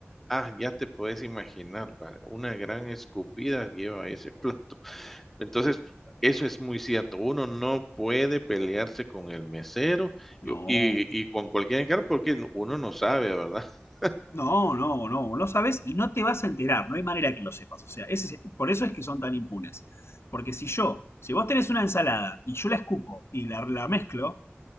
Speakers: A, in the centre; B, on the left.
A: Ah, ya te puedes imaginar, ¿verdad? Una gran escupida lleva ese <laughs> plato. Entonces, eso es muy cierto. Uno no puede pelearse con el mesero
B: No,
A: y, y- y con cualquier encargo porque no, uno no sabe, ¿verdad? <laughs>
B: no, no, no, no sabes y no te vas a enterar, no hay manera que lo sepas. O sea, ese es- por eso es que son tan impunes. Porque si yo, si vos tenés una ensalada y yo la escupo y la, la mezclo